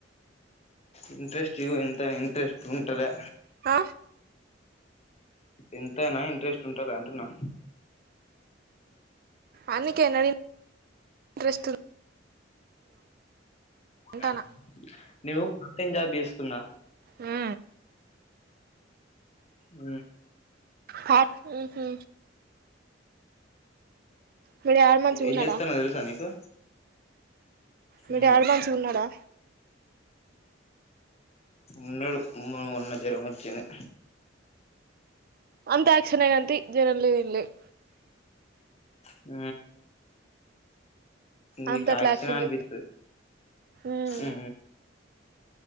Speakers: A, on the left (about 35°); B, on the right (about 50°).
A: ఇంట్రెస్ట్ ఉంటలే అంతా ఇంట్రెస్ట్ ఉంటలే
B: ఆ
A: ఎంతైనా ఇంట్రెస్ట్ ఉంటాలే అంటున్నా
B: అందుకేనా నీకు ఇంట్రెస్ట్ ఉంది అంటానా
A: ఆ న్యూ పార్ట్ టైం జాబ్ చేస్తున్న
B: ఆ
A: ఉ
B: భట్ ఉ హు మీ డాడీ మంచిగున్నాడా
A: ఏం చేతల్లో తెలుసా నీకు
B: మీరు
A: ఉమ్
B: డాడీ మంచి ఉన్నాడా
A: ఉన్నాడు ఉన్న జ్వరం వచ్చింది
B: అంత యాక్షన్ గని తి జ్వరం లేదు ఏం లేదు
A: ఉ నీకు
B: అంత అట్లా
A: యాక్షనే
B: యాక్షన్
A: అనిపిస్తది
B: చెత్త ఉమ్
A: ఊ